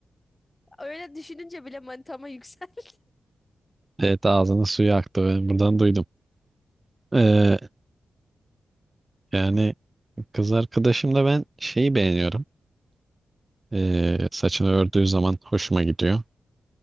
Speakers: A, on the left; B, on the right.
A: <laughs> öyle düşününce bile manitama yükseldi.
B: Evet ağzının suyu aktı. Ben buradan duydum. Ee, yani kız arkadaşımda ben şeyi beğeniyorum. Ee, saçını ördüğü zaman hoşuma gidiyor.